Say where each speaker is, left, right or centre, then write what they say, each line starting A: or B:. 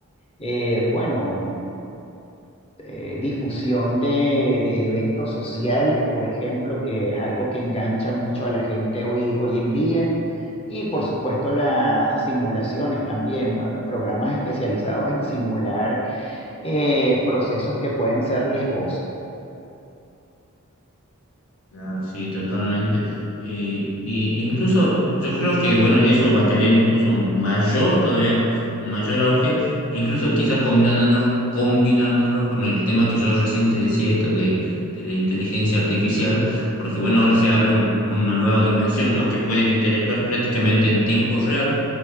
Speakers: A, on the left; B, on the left.
A: eh, bueno, eh, difusión de, de eventos sociales, por ejemplo, que es algo que engancha mucho a la gente hoy, hoy en día. Y por supuesto las simulaciones también, eh, programas especializados en simular eh, procesos que pueden ser riesgosos.
B: Ya, sí, totalmente. Eh, y incluso yo creo que, bueno, eso va a tener incluso mayor todavía, mayor auge, incluso quizás combinándolo, combinándolo con el tema que yo recién te decía, esto de, de la inteligencia artificial, porque bueno, ahora se abre un- una nueva dimensión, ¿no? Que pueden interactuar prácticamente en tiempo real